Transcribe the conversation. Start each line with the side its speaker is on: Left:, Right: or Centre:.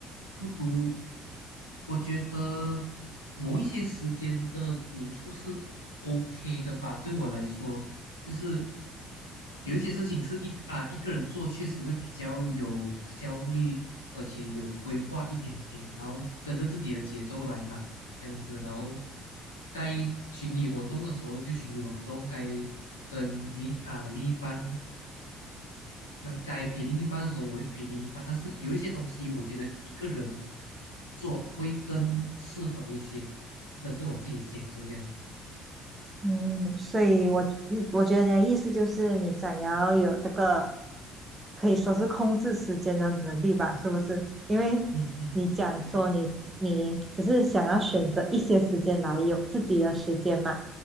Left: 不读，我觉得某一些时间的读书是 OK 的吧。对我来说，就是有一些事情是一啊一个人做，确实会比较有效率，而且有规划一点点，然后跟着自己的节奏来嘛，这样子。然后该群体活动的时候就群体活动，该跟另啊另一半呃，该陪另一半的时候，我会陪另一半。但是有一些东西，我觉得一个人做会更适合一些，就跟着我自己的节奏这样子。
Right: 嗯，所以我意我觉得你的意思就是你想要有这个可以说是控制时间的能力吧，是不是？因为你讲说你你只是想要选择一些时间来有自己的时间嘛，
Left: 嗯嗯，对对，